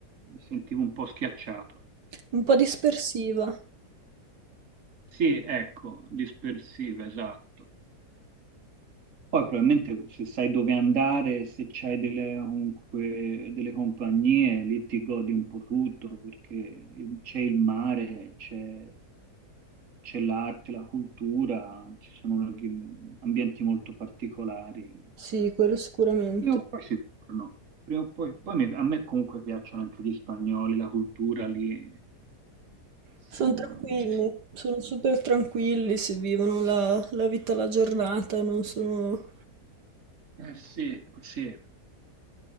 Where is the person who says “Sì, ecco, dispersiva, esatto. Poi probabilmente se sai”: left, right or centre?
Right